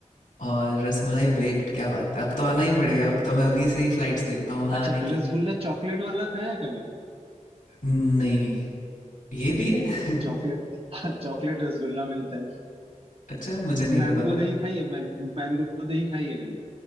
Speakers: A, on the left; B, on the right.
A: और रसमलाई बेक्ड क्या बात है अब तो आना ही पड़ेगा अब तो मैं अभी से ही फ्लाइट्स देखता हूँ वहाँ
B: अच्छा
A: आने
B: रसगुल्ला
A: की
B: चॉकलेट वाला खाया है कभी
A: नहीं ये भी है
B: चॉकलेट
A: <laughs>
B: हाँ चॉकलेट रसगुल्ला मिलता है
A: अच्छा मुझे नहीं
B: मैंगो
A: पता था
B: दही खाई है मैन मैंगो दही खाई है कभी